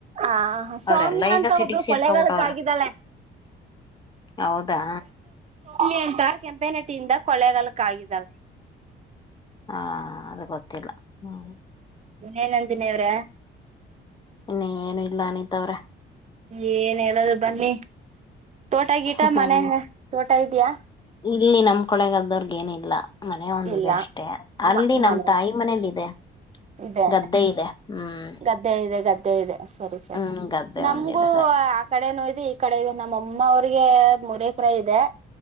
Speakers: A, on the right; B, on the left.
A: ಆ ಸೌಮ್ಯ
B: ಅವ್ರೆಲ್ಲಾ ಈಗ
A: ಅಂತ
B: ಸಿಟಿಗಿ
A: ಒಬ್ಳು
B: ಸೇರ್ಕೊಬಿಟ್ಟ
A: ಕೊಳ್ಳೇಗಾಲಕ್
B: ಅವ್ರ
A: ಆಗಿದ್ದಾಳೆ
B: ಹೌದಾ
A: ಭೂಮಿ ಅಂತ ಕೆಂಪೆನಟ್ಟಿಯಿಂದ ಕೊಳೆಗಾಲಕ್ಕ ಆಗಿದ್ದಾಳೆ
B: ಹಾ ಅದು ಗೊತ್ತಿಲ್ಲ ಹ್ಮ್
A: ನೀನಂದಿನಿ ಅವರೇ
B: ಏನು ಇಲ್ಲ ಅನಿತವ್ರೆ
A: ಏನ್ ಹೇಳದು ಬನ್ನಿ ತೋಟ ಗಿಟ
B: ಹ್ಮ್
A: ಮನೆ ತೋಟ ಇದ್ಯಾ
B: ಇಲ್ಲಿ ನಮ್ ಕೊಳಗದವರ್ಗ ಏನು ಇಲ್ಲ ಮನೆ ಒಂದಿದೆ
A: ಇಲ್ಲ
B: ಅಷ್ಟೇ ಅಲ್ಲಿ
A: ಮ ಮನೆ
B: ನಮ್ ತಾಯಿ ಮನೇಲಿ ಇದೆ
A: ಇದೆ
B: ಗದ್ದೆ ಇದೆ ಹ್ಮ್
A: ಗದ್ದೆ ಇದೆ ಗದ್ದೆ ಇದೆ ಸರಿ ಸರ್
B: ಹ್ಮ್ ಗದ್ದೆ
A: ನಮಗೂ
B: ಒಂದಿದೆ ಸ
A: ಆ ಕಡೆ ನೋಯ್ದು ಕಡೆಗೆ ನಮ್ಮಮ್ಮ ಅವ್ರಿಗೆ ಮೂರ ಎಕರೆ ಇದೆ